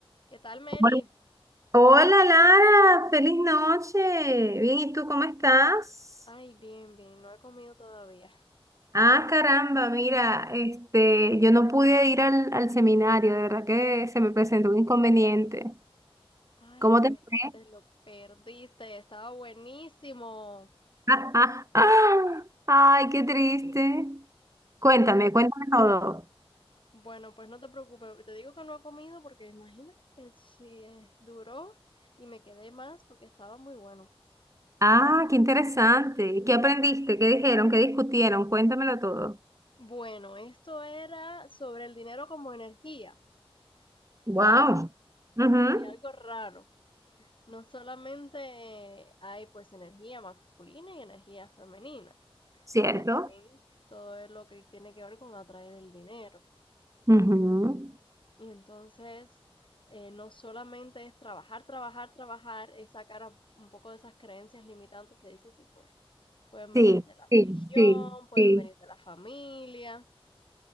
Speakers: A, on the left; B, on the right.
A: ¿Qué tal, Mary?
B: Hola, Hola, Lara, feliz noche. Bien, ¿y tú cómo estás?
A: Ay, bien, bien, no he comido todavía.
B: Ah, caramba, mira, este, yo no pude ir al, al seminario, de verdad que se me presentó un inconveniente.
A: Ay,
B: ¿Cómo
A: pues
B: te fue?
A: te lo perdiste, estaba buenísimo.
B: <laughs> Ay, qué triste. Cuéntame,
A: Sí,
B: cuéntame todo.
A: bueno, pues no te preocupes, te digo que no he comido porque imagínate, que si duró y me quedé más porque estaba muy bueno.
B: Ah, qué interesante. ¿Qué aprendiste? ¿Qué dijeron? ¿Qué discutieron? Cuéntamelo todo.
A: Bueno, esto era sobre el dinero como energía,
B: Wow.
A: ¿sabes?
B: Ujú,
A: Sí, algo raro. No solamente hay pues energía masculina y energía femenina.
B: ¿Cierto?
A: O sea, también todo es lo que tiene que ver con atraer el dinero.
B: Ujú.
A: Y entonces, eh, no solamente es trabajar, trabajar, trabajar, es sacar a- un poco de esas creencias limitantes que dices, sí, pues, pueden
B: Sí,
A: venir de la
B: sí,
A: religión,
B: sí,
A: pueden
B: sí.
A: venir de la familia.